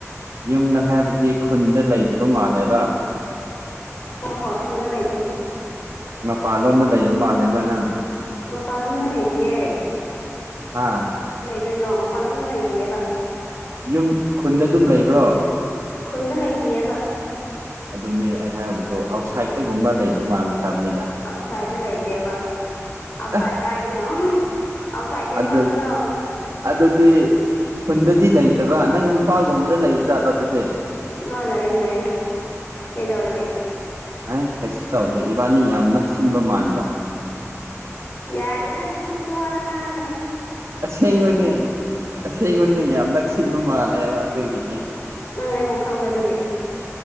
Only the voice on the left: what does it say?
ꯍ ꯍꯣꯏ ꯈꯨꯟꯅ ꯂꯍꯤꯇꯦ
ꯃ ꯄꯔꯂꯝꯅ ꯂꯩꯅꯥꯕꯤꯌꯦ
ꯀꯏꯅꯣ ꯃꯄꯥꯟꯂꯣꯝꯗ ꯂꯩꯔꯤꯑꯕ
ꯈꯨꯟꯗ ꯂꯩꯇꯌꯦꯕ
ꯑꯁꯥꯏꯗ ꯂꯩꯇꯦꯕ ꯑꯁꯥꯏ
ꯀꯥꯏꯗꯅꯣ ꯑꯥꯎꯠꯁꯥꯏꯠ ꯇꯥꯏꯕꯪꯗꯔꯣ
ꯑꯣ ꯂꯩ ꯂꯩ ꯀꯩꯗꯧꯔꯒꯦ
ꯌꯥꯔꯗꯅꯖꯤꯤꯟꯇꯤ ꯍꯂꯪ ꯃꯥꯂꯒꯅꯣ
ꯕꯨ ꯈꯪꯕ ꯑꯗꯨꯗꯦ